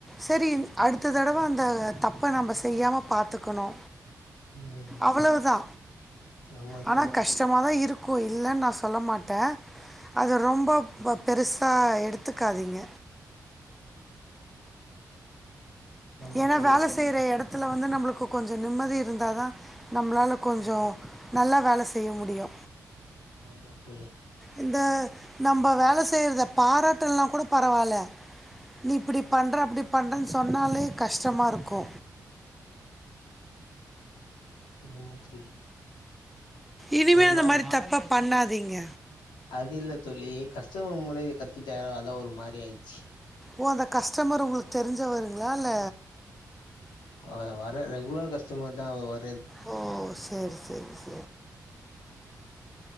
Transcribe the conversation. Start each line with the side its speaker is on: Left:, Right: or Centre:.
Centre: சரி அடுத்த தடவை அந்த தப்ப நம்ம செய்யாம பாத்துக்கணு
Left: ம்
Centre: அவ்ளோதா
Left: ஆமா
Centre: ஆனா
Left: தோழி
Centre: கஷ் டமாதா இருக்கும் இல்லன் நா சொல்ல மாட்டே அத ரொம்ப பெருசா எடுத்துக்காதீங்க
Left: ஆமா
Centre: ஏன்னா
Left: தோழி
Centre: வேல செய்ற இடத்துல வந்து நமக்கு கொஞ்சோ நிம்மதி இருந்தா தா நம்மளால கொஞ்சோ நல்லா வேல செய்ய முடியு
Left: ஆமா தோழி
Centre: இந்த நம்ம வேலை செய்றத பாராட்டலன்னா கூட பரவால்ல நீ இப்டி பண்ற அப்டி பண்ணுறன்னு சொன்னாலே கஷ்டமா இருக்கூ
Left: ஆமா தோழி
Centre: இனிமே
Left: ஒரு
Centre: அந்த மாறி தப்ப பண்ணாதீங்க
Left: அதில்ல தோழி கஸ்டமர் முன்னாடி கத்திட்டாங்ளா அதா ஒரு மாதிரி ஆயிடிச்சு
Centre: ஓ அந்த கஸ்டமரு உங்களுக்கு தெரிஞ்சவருங்களா இல்ல
Left: வ வர ரெகுலர் கஸ்டமர்தா அவ்ங்க
Centre: ஓ சேரி சேரி சேரி